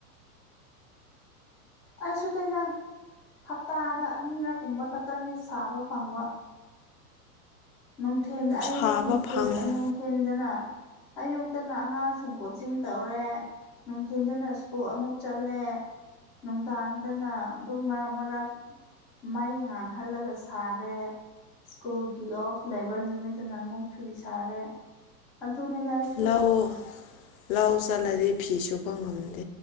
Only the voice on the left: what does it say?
ꯁꯥꯕ
ꯐꯪꯉꯤ
ꯂꯧ ꯂꯧ ꯆꯠꯂꯗꯤ ꯐꯤ ꯁꯨꯕ ꯉꯝꯗꯦ